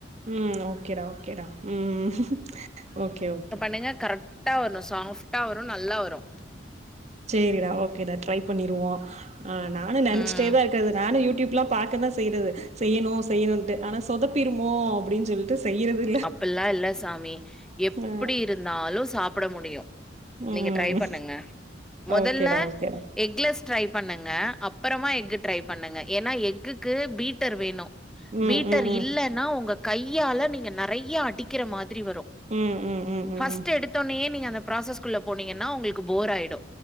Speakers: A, on the right; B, in the centre.
A: ம் ஓகேடா ஓகேடா ம் ஓகே ஓகே
B: னுங்க கரெட் டா வர்னு சாஃப்டா வரு நல்லா வரு
A: சேரிடா ஓகேடா ட்ரை பண்ணிருவோ ஆ நானு நெனச்சிட்டேதா
B: ம்
A: இருக்கே அது நானு யூடியூப்லா பாக்கதா செ செய்டது செய்யணூ செய்யணுன்ட்டு ஆனா சொதப்பிருமோ அப்டின் சொல்ட்டு செய்யிறது
B: அப்புல்லா இல்ல சாமி எப்டி
A: ஆ
B: இருந்தாலு சாப்புட முடியு
A: ம்
B: நீங்க ட்ரை பண்ணுங்க மொதல்ல
A: ஓகேடா ஓகேடா
B: எக்லஸ் ட்ரை பண்ணுங்க அப்பறமா எக்கு ட்ரை பண்ணுங்க ஏனா எக்குக்கு பீட்டர் வேணு
A: ம்
B: பீட்டர்
A: ம் ம்
B: இல்லன்னா உங்க கையால நீங்க நெறையா அடிக்கிற மாரி வரு
A: ம் ம் ம்
B: ஃபர்ஸ்ட்
A: ம்
B: எடுத்தோனயே நீங்க அந்த ப்ராசஸ்குள்ள போனீங்கன்னா ஒங்களுக்கு போர் ஆயிடு